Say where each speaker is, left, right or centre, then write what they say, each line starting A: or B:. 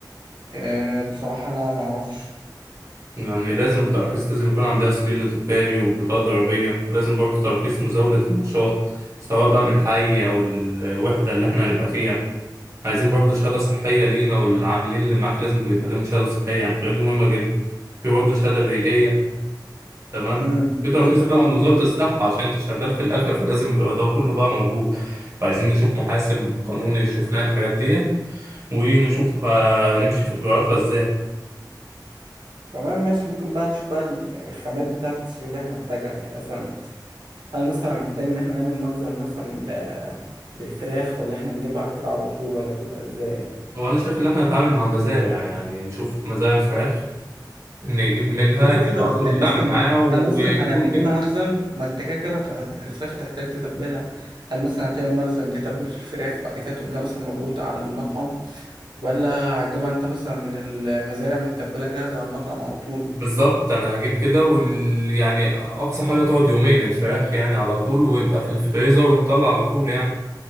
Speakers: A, on the right; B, on the right.
A: آه بصراحة لا ما اعرفش
B: يعني لازم التراخيص لازم يكون عندها سجل تجاري وبطاقة ضريبية لازم برضو ترخيص مزاولة النشاط سواء بقى من الحي أو الوحدة اللي احنا هنبقى فيها عايزين برضو شهادة صحية لينا والعاملين اللي معاك لازم بيبقى لهم شهادة صحية يعني الحاجات دي مهمة جدا في برضه شهادة بيئية تمام
A: مم،
B: في ترخيص
A: دول بيطلعوا
B: بقى من وزارة
A: من الوزارة
B: الصحة عشان انت شغال في الأكل فلازم يبقى ده كله بقى موجود فعايزين نشوف محاسب قانوني يشوف لنا الحاجات ديت ونشوف هنمشي في إجراءاتها ازاي
A: تمام ماشي ممكن بقى نشوف بقى ال- يعني الخامات بتاعت اللي احنا هنحتاجها يعني مثلا هل مثلا محتاج ان احنا نعمل مخزن مثلا آه، للفراخ ولا احنا نجيبها كده على طول ولا تبقى ازاي يعني؟
B: هو أنا شايف إن احنا نتعامل مع مزارع يعني نشوف مزارع فراخ نجيب منها
A: كده
B: تبقى
A: كده بس
B: الكل
A: يعني
B: بيتعامل
A: مثلا
B: معاها ويكون
A: هل مثلا هنعمل لنا
B: كده
A: مخزن ما انت كده كده هت- هت- الفراخ هتحتاج تتبلها هل مثلا هتعمل مخزن تتبل في الفراخ وبعد كده تقوم جايبها مثلا مبعوث على المطعم ولا هتجيبها انت مثلا من المزارع متبلة جاهزة على المطعم على طول
B: بالظبط أنا هجيب كده وال... يعني أقصى حاجة تقعد يومين الفراخ يعني على طول ويبقى في الفريزر ونطلع على طول يعني